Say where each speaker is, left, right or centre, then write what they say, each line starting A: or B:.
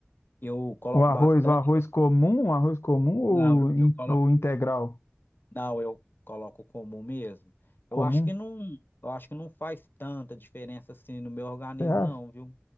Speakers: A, on the left; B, on the left.
A: Eu coloco
B: O arroz,
A: bastante.
B: o arroz comum, o arroz comum ou,
A: Não, eu,
B: in-
A: eu coloco.
B: ou integral
A: Não, eu coloco comum mesmo.
B: comum,
A: Eu acho que não, eu acho que não faz tanta diferença assim no meu organismo,
B: você acha?
A: não, viu?